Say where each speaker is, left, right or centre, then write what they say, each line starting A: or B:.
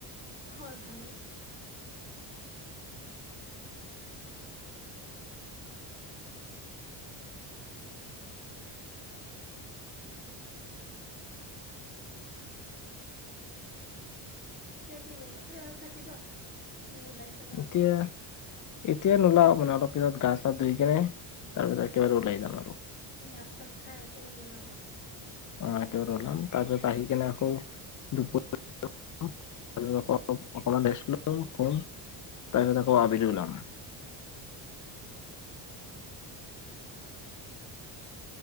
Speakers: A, on the left (about 20°); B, on the left (about 40°).
A: হয়, ভালেই। এতিয়া কি ঘৰতে আ-থাকিবা। নে ওলাই যাবা।
B: এতিয়া এতিয়া নোলাও মানে, অলপ পিছত গা-চা ধুই কেনে তাৰপিছত একেবাৰে ওলাই যাম আৰু।
A: ভাত-চাত খাই একেবাৰে ওলাবা।
B: অ', একেবাৰে ওলাম তাৰপিছত আহি কেনে আকৌ <unintelligible> তাৰপিছত আকৌ আবিলি ওলাম।
A: অ'।